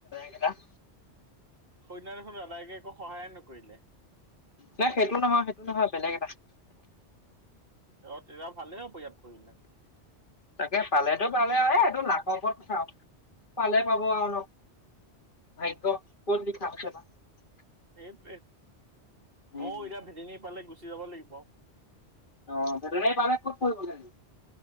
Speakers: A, on the left (about 45°); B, on the right (about 50°).
A: যাগা। <unintelligible>
B: সৈন্য দেখোন দাদাইকে একো সহায়ে নকৰিলে <unintelligible>
A: নাই সেইটো নহয় সেইটো নহয় বেলেগ এটা <unintelligible>
B: ৰ তেতিয়া ভালে হ'ব ইয়াত পৰিলে <unintelligible>
A: তাকে পালেতো পালে আৰুটো নাকৰ ওপৰত কথা পালে পাব আৰু ন <unintelligible> ভাগ্য কত লিখা আছে <unintelligible>
B: সেইটোৱে
A: উম
B: ময়ো এতিয়া ভেদিনী পালে গুচি যাব লাগিব। <unintelligible>
A: অ এই পালাক ক'ত পৰিব লাগে। <unintelligible>